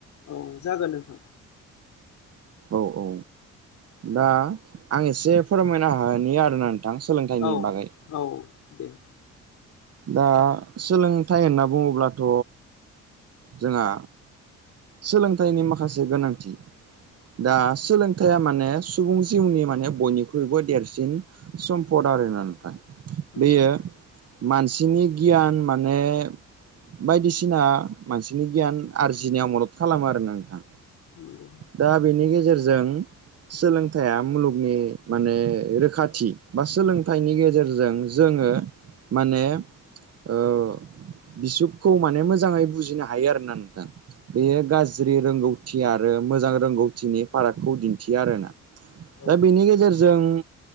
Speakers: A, on the left; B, on the right.
A: औ जागोन नोंथां
B: औ औ दा आं एसे फोरमायनो हानि आरोना नोंथां सोलोंथाइनि
A: औ
B: बागै
A: औ दे
B: दा सोलोंथाइ होनना बुङोब्लाथ' जोंहा सोलोंथाइनि माखासे गोनांथि दा सोलों खोथाया माने सुबुं जिउनि माने बयनिख्रुइबो देरसिन सम्फद आरो ना नोंथां
A: नंगौ
B: बेयो मानसिनि गियान माने बायदिसिना मानसिनि गियान आरजिनायाव मदद खालामो आरोना नोंथां
A: ओम
B: दा बेनि गेजेरजों सोलोंथाइया मुलुगनि माने रोखाथि बा सोलोंथाइनि गेजेरजों जोङो माने ओ बिसुकखौ माने मोजाङै बुजिनो हायो आरोना नोंथां बेयो गाज्रि रोंगौथि आरो मोजां रोंगौथिनि फारागखौ दिन्थियो आरोना
A: नंगौ औ
B: दा बिनि गेजेर जों